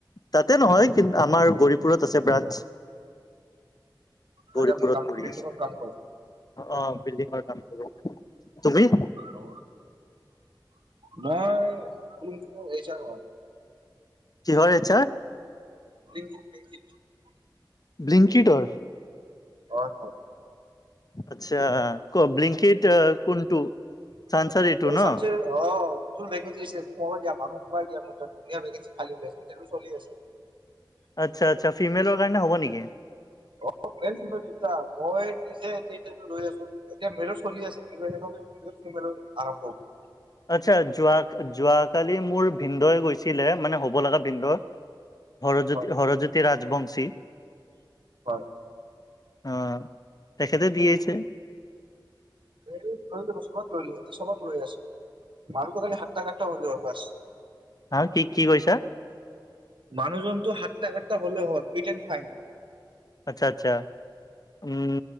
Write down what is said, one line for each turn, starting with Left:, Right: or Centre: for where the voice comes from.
Left: তাতে নহয় কিন্তু আমাৰ গৌৰিপুৰত আছে ব্ৰানচ।
Right: তাতে
Left: গৌৰীপুৰত
Right: আপুনি কাম
Left: কৰি
Right: গ্ৰীণ
Left: আছো
Right: টেকত কাম কৰে
Left: আহ, বিল্ডিঙৰ কাম কৰি তুমি?
Right: অ। মই কোনটো বা ৱে, এইচাৰ হয়।
Left: কিহৰ এইজচাৰ?
Right: <unintelligible>
Left: ব্লিংকিডৰ।
Right: হয়- হয় ।
Left: আচ্ছা। ক' ব্লিংকিট কোনটো?
Right: অহ
Left: চানচাৰ এইটো ন
Right: চাংচাৰিৰ অ ' <unintelligible>
Left: আচ্ছা -আচ্ছা ফিমেলৰ কাৰণে হ'ব নেকি?
Right: অ ' মেইল - ফিমেল দুটা ।মই নিজে এতিয়া ইটাৰভিউ লৈ আছো এতিয়া মেলৰ চলি আছে এইটো শেষ হলে তেতিয়া ফিমেলৰ আৰম্ভ হব।
Left: আচ্ছা যোৱা -যোৱাকালি মোৰ ভিনদই গৈছিলে মানে হ'ব লগা ভিনদ, হৰজ্যো
Right: হয়
Left: -হৰজ্যোতি ৰাজবংশী ।
Right: হয়
Left: অ তেখেতে দিয়েছে।
Right: এই ৰ বছত ৰিলি <unintelligible> চবক ৰৈ আছে মানুহটো খালি হ কতা কথা হলিব ক্লাছ। <unintelligible>
Left: হ কি কি কৈছা?
Right: মানুহজনটো হাত্টা খ্টা হলেও হয় ফিট এণ্ড ফাইন।
Left: আচ্ছা আচ্ছা উম